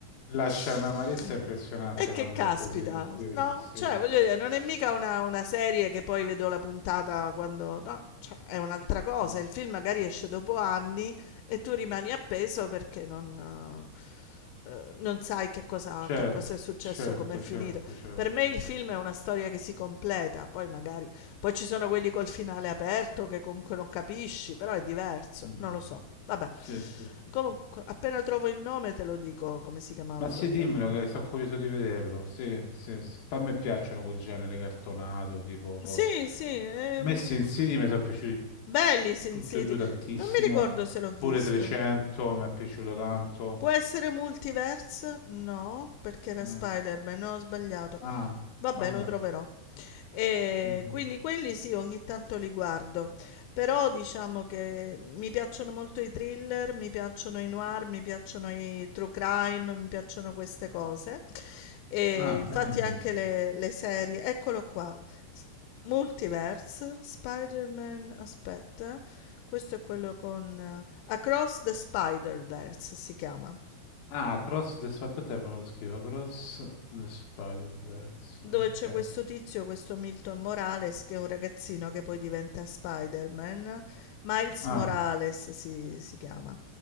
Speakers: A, on the left; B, on the left.
A: lascia
B: <laughs>
A: un'amarezza impressionante
B: E che
A: quando
B: caspita,
A: è così. Sì,
B: no?
A: sì,
B: Cioè,
A: sì,
B: voglio dire,
A: sì.
B: non
A: sì.
B: è mica una, una serie che poi vedo la puntata quando... No, cioè, è un'altra cosa.
A: Mm.
B: Il film magari esce dopo anni e tu rimani appeso perché non, eh, non sai che cosa,
A: Certo,
B: che cosa è successo,
A: certo,
B: com'è finito.
A: certo, certo,
B: Per me il film
A: certo.
B: è una storia che si completa, poi magari... Poi ci sono quelli col finale aperto che comunque non capisci, però è diverso,
A: Mm,
B: non
A: mm,
B: lo so.
A: mm.
B: Vabbè,
A: Sì, sì, sì.
B: comunque appena trovo il nome te lo dico come si chiamava
A: Ma sì,
B: quello.
A: dimmelo che sono curioso di vederlo. Sì, sì, sì. Poi A me piacciono quel genere cartonato, tipo... co-
B: Sì,
A: A
B: sì, ehm,
A: me Sin mi sono piaciuti
B: belli i Sin
A: tutti
B: City.
A: e due tantissimo.
B: Non mi ricordo se l'ho visto.
A: Pure 300 mi è piaciuto tanto.
B: Può essere Multiverse? No, perché era
A: Mm.
B: Spider-Man, no, ho sbagliato.
A: Ah,
B: Vabbè,
A: vabbè.
B: lo troverò. E
A: Mhm.
B: quindi quelli sì, ogni tanto li guardo, però diciamo che mi piacciono molto i thriller, mi piacciono i noir, mi piacciono i true crime, mi piacciono queste cose. E
A: Ah,
B: infatti
A: carini,
B: anche
A: sì.
B: le, le serie, eccolo qua, S- Multiverse, Spider-Man, aspetta, questo è quello con eh, Across the Spider-Verse si chiama.
A: Ah, Cross the Spider-Verse, me lo scrivo. Cross the Spider-Verse.
B: Dove
A: Ok.
B: c'è questo tizio, questo Milton Morales, che è un ragazzino che poi diventa Spider-Man. Miles
A: Ah,
B: Morales si, si chiama.